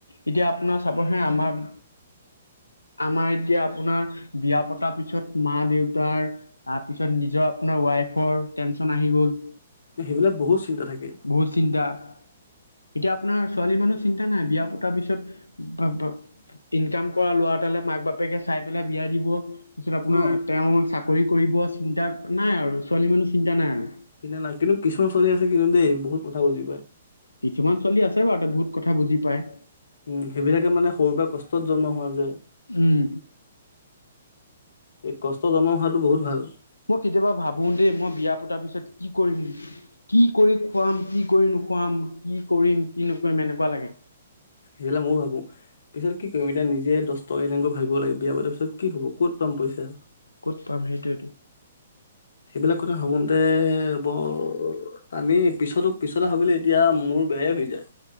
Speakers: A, on the left; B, on the left.
A: এতিয়া আপোনাৰ চাবহে আমাৰ, আমাৰ এতিয়া আপোনাৰ বিয়া পতাৰ পিছত মা দেউতাৰ, তাৰপিছত নিজৰ আপোনাৰ ৱাইফৰ টেনচন আহি গ'ল।
B: সেইবিলাক বহুত চিন্তা থাকে।
A: বহুত চিন্তা এতিয়া আপোনাৰ ছোৱালী মানুহ চিন্তা নাই । বিয়া পতাৰ পিছত বু ডট ডট ইনকাম কৰা ল'ৰা এটালে মাক বাপেকে চাই পেলাই বিয়া দি ক'ত? তাৰপিছত আপোনাৰ
B: অ
A: তেওঁৰ চাক চাকৰি কৰিব চিন্তা নাই আৰু ছোৱালী মানুহ চিন্তা নাই আৰু
B: কিনা নাই, কিন্তু কিছুমান ছোৱালী আছে কিন্তু দেই বহুত কথা বুজি পায়।
A: কিছুমান ছোৱালী আছে বাৰু ত বহুত কথা বুজি পায়।
B: উম সেইবিলাকে মানে সৰুৰ পৰা কষ্টত জন্ম হোৱা যে,
A: উম
B: এই কষ্ট জন্ম হোৱা বহুত ভাল
A: মই কেতিয়াবা ভাবো দেই, মই বিয়া পতাৰ পিছত কি কৰিম? কি কৰি খুৱাম? কি কৰি নোখুৱাম? কি কৰিম? কি নকৰিম? এনেকোৱা লাগে।
B: সেইবিলাক ময়ও ভাবো। পিছত কি কৰিম এতিয়া নিজে দছ টকা এনেকৈ ভাবিব লাগে, বিয়া পাতাৰ পিছত কি হ'ব? কত পাম পইচা?
A: ক'ত পাম সেইটোৱেতো!
B: সেইবিলাক কথা ভাবোতে, বৰ আমি পিছৰতো পিছতে ভাবিলে, এতিয়া মূৰ বেয়া হৈ যায়।